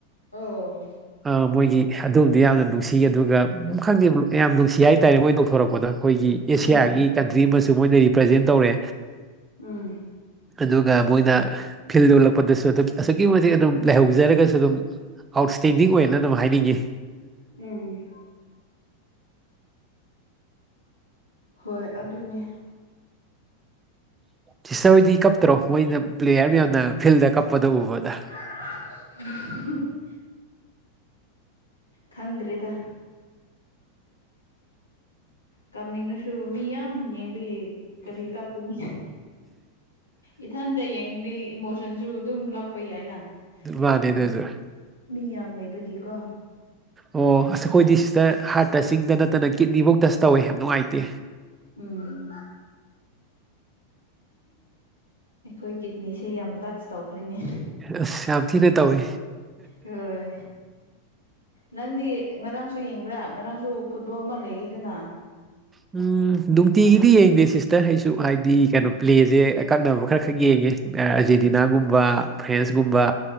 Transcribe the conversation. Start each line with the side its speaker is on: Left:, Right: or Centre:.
Left: ꯑꯣ
Right: ꯑ ꯃꯣꯏꯒꯤ ꯑꯗꯣꯝꯗ ꯌꯥꯝꯅ ꯅꯨꯡꯁꯤ ꯁꯤ ꯑꯗꯨꯒ ꯈꯪꯗꯦ ꯌꯥꯝ ꯅꯨꯡꯁꯤ ꯍꯥꯏꯇꯥꯔꯦ ꯃꯣꯏ ꯅꯣꯡꯊꯣꯔꯛꯄꯗ ꯑꯩꯈꯣꯏꯒꯤ ꯑꯦꯁꯤꯌꯥꯒꯤ
Left: ꯎꯝ
Right: ꯀꯟꯇ꯭ꯔꯤ ꯑꯃꯁꯨ ꯃꯣꯏꯅ ꯔꯤꯄ꯭ꯔꯖꯦꯟ ꯇꯧꯔꯦ
Left: ꯎꯝ
Right: ꯑꯗꯨꯒ ꯃꯣꯏꯅ ꯐꯤꯜ ꯌꯣꯛꯜꯂꯛꯄꯗꯁꯨ ꯑꯗꯨꯝ ꯑꯁꯨꯛꯀꯤ ꯃꯇꯤꯛ ꯑꯗꯨꯝ ꯂꯩꯥꯏꯍꯧꯖꯔꯒꯁꯨ ꯑꯗꯨꯝ ꯑꯥꯎꯠꯁ꯭ꯇꯦꯟꯗꯤꯛ ꯑꯣꯏꯅ ꯑꯗꯨꯝ ꯍꯥꯏꯅꯤꯡꯉꯦ
Left: ꯎꯝ ꯍꯣꯏ ꯑꯗꯨꯅꯦ
Right: ꯁꯤꯇ ꯍꯣꯏꯗꯤ ꯀꯞꯇ꯭ꯔꯣ ꯃꯣꯏꯅ ꯄ꯭ꯂꯦꯌꯥꯔ ꯃꯌꯥꯝꯅ ꯐꯤꯜꯗ ꯀꯞꯄꯗ ꯎꯕꯗ
Left: <inaudible> ꯈꯪꯗ꯭ꯔꯦꯗ ꯀꯥꯞꯅꯤꯡꯉꯁꯨ ꯃꯤ ꯌꯥꯝ ꯌꯦꯡꯕꯒꯤ ꯀꯔꯤ ꯀꯥꯞꯄꯨꯅꯤ ꯏꯊꯟꯇ ꯌꯦꯡꯉꯥꯗꯤ ꯏꯃꯣꯁꯟꯁꯨ ꯑꯗꯨꯝ ꯎꯠꯂꯛꯄ ꯌꯥꯏꯅ
Right: ꯃꯥꯅꯦ
Left: ꯑꯗꯨ
Right: ꯑꯗꯨꯁꯨ
Left: ꯃꯤ ꯌꯥꯝ ꯂꯩꯕꯒꯤꯀꯣ
Right: ꯑꯣ ꯑꯁ ꯑꯩꯈꯣꯏꯗꯤ ꯁꯤꯁꯇꯔ ꯍꯥꯔꯠ ꯇꯆꯤꯡꯗ ꯅꯠꯇꯅ ꯀꯤꯠꯅꯤꯐꯧ ꯇꯁ ꯇꯧꯋꯦ ꯌꯥꯝ ꯅꯨꯡꯉꯥꯏꯇꯦ
Left: ꯎꯝ ꯑꯩꯈꯣꯏ ꯀꯤꯠꯅꯤꯁꯦ ꯌꯥꯝ ꯇꯁ ꯇꯧꯈ꯭ꯔꯤꯅꯦ
Right: ꯑꯁ ꯌꯥꯝ ꯊꯤꯅ ꯇꯧꯋꯦ
Left: ꯍꯣꯏ ꯅꯪꯗꯤ ꯉꯔꯥꯡꯁꯨ ꯌꯦꯡꯕ꯭ꯔꯥ ꯉꯔꯥꯡꯁꯨ ꯐꯨꯠꯕꯣꯜ ꯑꯃ ꯂꯩꯌꯦꯗꯅ
Right: ꯎꯝ ꯅꯨꯡꯇꯤꯒꯤꯗꯤ ꯌꯦꯡꯗꯦ ꯁꯤꯁꯇꯔ ꯑꯩꯁꯨ ꯍꯥꯏꯗꯤ ꯀꯩꯅꯣ ꯄ꯭ꯂꯦꯖꯦ ꯑꯀꯛꯅꯕ ꯈꯔ ꯈꯛ ꯌꯦꯡꯉꯦ ꯑꯥꯔꯖꯦꯟꯇꯤꯅꯥꯒꯨꯝꯕ ꯐ꯭ꯔꯦꯟꯁꯀꯨꯝꯕ